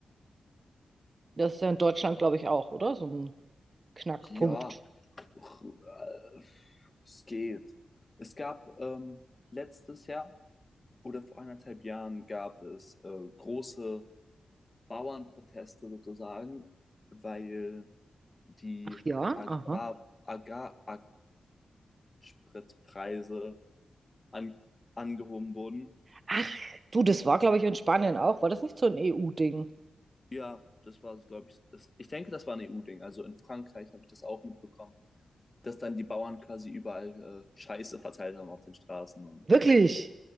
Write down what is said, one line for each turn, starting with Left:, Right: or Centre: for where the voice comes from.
Right: Das ist ja in Deutschland, glaube ich, auch, oder? So ein Knackpunkt.
Left: Ja, äh, es geht. Es gab ähm, letztes Jahr oder vor anderthalb Jahren gab es äh, große Bauernproteste sozusagen, weil die
Right: Ach ja,
Left: Agrar,
Right: aha.
Left: Agrar, Agrarspritpreise an, angehoben wurden
Right: Ach, du, das war, glaube ich, in Spanien auch. War das nicht so ein EU-Ding?
Left: Ja, das war, glaube ich, das, ich denke, das war ein EU-Ding. Also in Frankreich habe ich das auch mitbekommen, dass dann die Bauern quasi überall äh, Scheiße verteilt haben auf den Straßen und
Right: Wirklich?